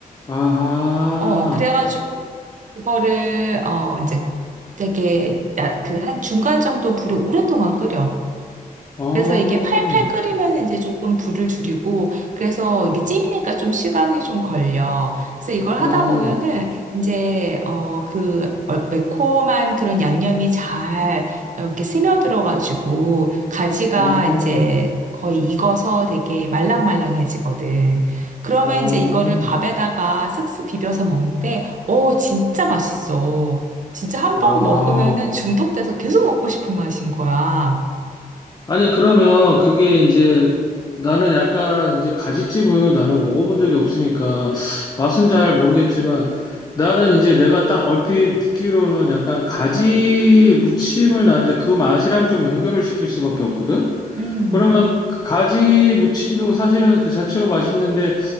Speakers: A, on the left; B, on the right.
A: 아하,
B: 어, 그래가지고 이거를 어 이제 되게 그 한 중간 정도 불에 오랫동안 끓여.
A: 어,
B: 그래서 이게 팔팔 끓이면 이제 조금 불을 줄이고, 그래서 이게 찜이니까 좀 시간이 좀 걸려. 그래서 이걸 하다
A: 음,
B: 보면은 이제, 어, 그 매콤한 그런 양념이 잘 이렇게 스며들어가지고, 가지가
A: 어,
B: 이제 거의 익어서 되게 말랑말랑해지거든. 그러면
A: 어,
B: 이제 이거를 밥에다가 쓱쓱 비벼서 먹는데, 어, 진짜 맛있어. 진짜 한번
A: 와우.
B: 먹으면은 중독돼서 계속 먹고 싶은 맛인 거야.
A: 아니, 그러면 그게 이제 나는 약간 이제 가지찜을 나는 먹어본 적이 없으니까 맛은 잘 모르겠지만 나는 이제 내가 딱 얼핏 듣기로는 약간 가지 무침을 나 이제 그 맛이랑 좀 연결을 시킬 수밖에 없거든?
B: 음.
A: 그러면 그 가지 무침도 사실은 그 자체로 맛있는데